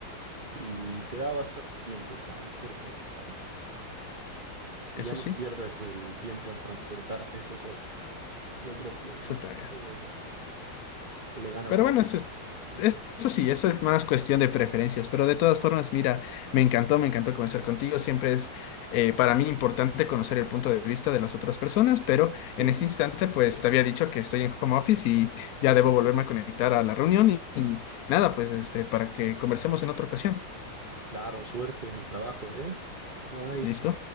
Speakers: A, on the right; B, on the left.
A: y te da bastante tiempo para hacer cosas, ¿sabes? Y
B: Eso
A: ya no
B: sí,
A: pierdes el tiempo en transportarte, Eso es otra. Yo creo que
B: eso
A: pues,
B: te veo.
A: eso le gana
B: Pero
A: por...
B: bueno, eso, es- es- eso sí, eso es más cuestión de preferencias, pero de todas formas, mira, me encantó, me encantó conversar contigo. Siempre es eh, para mí importante conocer el punto de vista de las otras personas, pero en
A: Sí,
B: este instante, pues te había dicho que estoy en home office y ya debo volverme a conectar a la reunión y, y nada, pues este, para que conversemos en otra ocasión.
A: claro, suerte en el trabajo, ¿eh? Ay.
B: ¿Listo?